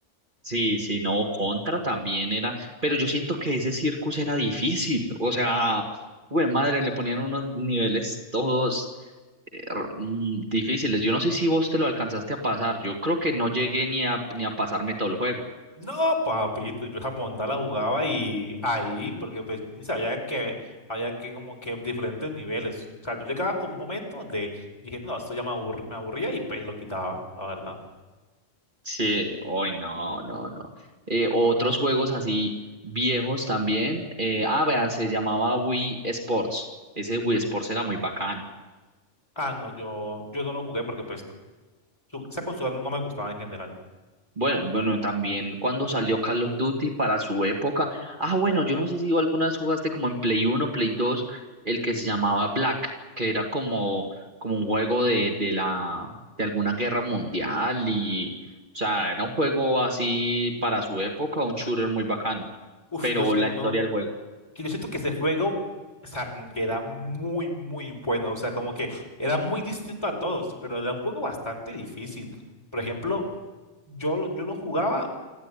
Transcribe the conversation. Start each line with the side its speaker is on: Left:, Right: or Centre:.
Right: Sí, sí, no, Contra también era, pero yo siento que ese Circus era difícil, o sea, güey, madre, le ponían unos niveles todos. r- mm, difíciles. Yo no sé si vos te lo alcanzaste a pasar. Yo creo que no llegué ni a, ni a pasarme todo el juego.
Left: No, papito, yo esa monda la jugaba y ahí, porque pues yo ni sabía que había que como que diferentes niveles. O sea, yo llegaba con un momento donde dije, no, esto ya me aburr- me aburría y pues lo quitaba, la verdad.
Right: Sí, hoy no, no, no. Eh, otros juegos así viejos también. Eh, ah, vea, se llamaba Wii Sports. Ese Wii Sports era muy bacano.
Left: Ah, no, yo, yo no lo jugué porque pues su- esa consola no, no me gustaba en general.
Right: Bueno, bueno, también cuando salió Call of Duty para su época. Ah, bueno, yo no sé si tú alguna vez jugaste como en Play 1, Play 2, el que se llamaba Black, que era como, como un juego de, de la, de alguna guerra mundial y, o sea, era un juego así para su época, un shooter muy bacano,
Left: Uf,
Right: pero
Left: yo siento
Right: la historia del juego.
Left: que yo siento que ese juego, o sea, como que era muy, muy bueno. O sea, como que era muy distinto a todos, pero era un juego bastante difícil. Por ejemplo, yo, yo lo jugaba.